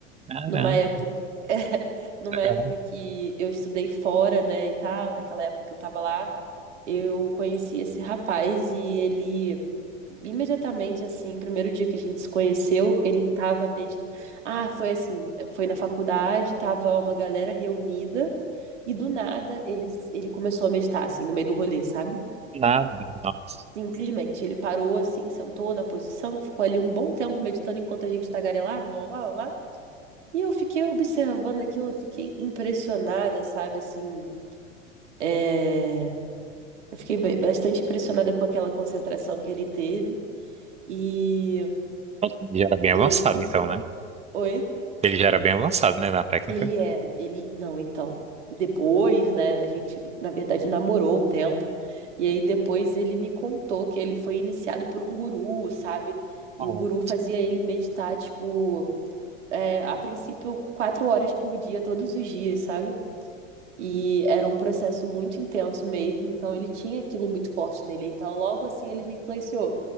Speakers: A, on the right; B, on the right.
A: Caramba,
B: numa época, <laughs> é, numa
A: legal.
B: época que eu estudei fora, né, e tal, naquela época que eu tava lá, eu conheci esse rapaz e ele imediatamente, assim, primeiro dia que a gente se conheceu, ele tava meditando. Ah, foi assim, foi na faculdade, tava uma galera reunida e do nada ele, ele começou a meditar, assim, no meio do rolê, sabe?
A: Nada, nossa.
B: Simplesmente, ele parou assim, sentou na posição, ficou ali um bom tempo meditando enquanto a gente tagarelava, blá, blá, blá. E eu fiquei observando aquilo, eu fiquei impressionada, sabe, assim, é... Eu fiquei ba- bastante impressionada com aquela concentração que ele teve. E,
A: Ele já era bem avançado,
B: e isso.
A: então, né?
B: Oi?
A: Ele já era bem avançado, né, na técnica.
B: Ele era, ele. Não, então. Depois, né, a gente, na verdade, namorou um tempo. E aí depois ele me contou que ele foi iniciado por um guru, sabe? E
A: Oh,
B: o guru fazia ele meditar, tipo, é, a princípio, quatro horas por dia, todos os dias, sabe? E era um processo muito intenso mesmo, então ele tinha aquilo muito forte nele. Então, logo assim, ele me influenciou.